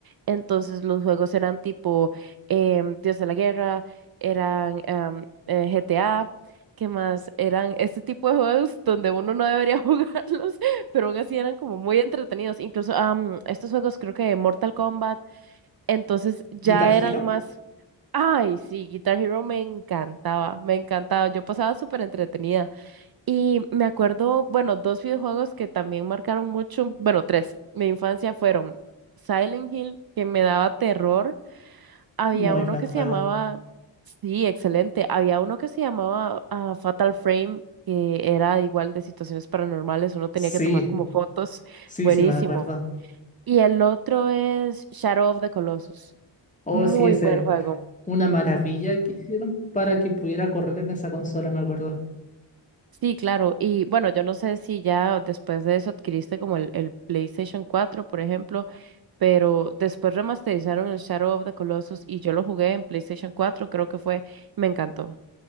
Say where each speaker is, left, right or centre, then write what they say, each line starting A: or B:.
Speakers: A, on the right (about 55°); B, on the left (about 15°).
A: Entonces los juegos eran tipo em, Dios de la Guerra, eran em, eh, GTA, ¿qué más? Eran este tipo de juegos donde uno no debería <laughs> jugarlos, pero aún así eran como muy entretenidos. Incluso am, estos juegos creo que de Mortal Kombat, entonces ya
B: Guitar
A: eran
B: Hero,
A: más... Ay, sí, Guitar Hero me encantaba, me encantaba, yo pasaba súper entretenida. Y me acuerdo, bueno, dos videojuegos que también marcaron mucho, bueno, tres, mi infancia fueron Silent Hill, que me daba terror. Había
B: muy
A: uno
B: buen
A: que
B: juego.
A: se llamaba, sí, excelente, había uno que se llamaba ah, Fatal Frame, que era igual de situaciones paranormales, uno tenía
B: Sí,
A: que tomar como fotos,
B: sí,
A: buenísimo.
B: sí me acuerdo.
A: Y el otro es Shadow of the Colossus,
B: Oh,
A: muy
B: sí, ese,
A: buen juego.
B: una maravilla que hicieron para que pudiera correr en esa consola, me acuerdo.
A: Sí, claro. Y bueno, yo no sé si ya después de eso adquiriste como el, el PlayStation cuatro por ejemplo, pero después remasterizaron el Shadow of the Colossus y yo lo jugué en PlayStation cuatro creo que fue, me encantó.